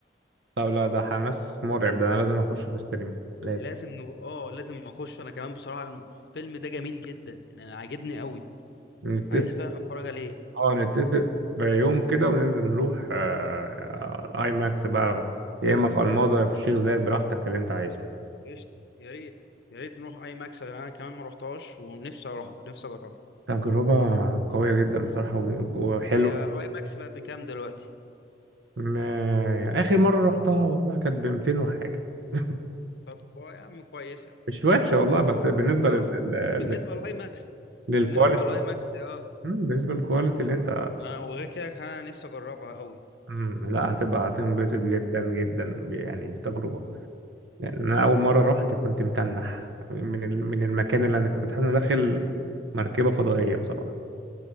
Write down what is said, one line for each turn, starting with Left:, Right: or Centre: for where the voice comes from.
Right: طب لا ده حماس مرعب ده انا لازم اخشه في السينما لازم
Left: لازم نو... اه لازم اخش انا كمان بصراحه الفيلم ده جميل جدا يعني انا عاجبني قوي
Right: نتفق
Left: عايز فعلا اتفرج عليه
Right: اه نتفق في يوم كده وننزل نروح آه، آه، اي ماكس بقى يا اما في الماظة يا في الشيخ زايد براحتك اللي انت عايزه
Left: قشطة يا ريت يا ريت نروح اي ماكس لأن انا كمان ما روحتهاش ونفسي اروح نفسي اجربها
Right: تجربة قوية جدا بصراحة وج- وحلوة
Left: هي اي ماكس بقت بكام دلوقتي
Right: ما... آخر مرة رحتها والله كانت ب 200 وحاجة <laughs>
Left: طب كو- يا عم كويسه
Right: مش وحشة والله بس بالنسبة
Left: اه
Right: لل... لل...
Left: بالنسبه لاي ماكس
Right: للكواليتي
Left: بالنسبه لاي ماكس اه
Right: مم، بالنسبة للكواليتي اللي انت
Left: انا وغير كده كان انا نفسي اجربها قوي
Right: مم، لا هتبقى هتنبسط جدا جدا ب- يعني بتجربة يعني أنا أول مرة رحت كنت متنح من ال- من المكان اللي أنا فيه كنت حاسس إني داخل مركبة فضائية بصراحة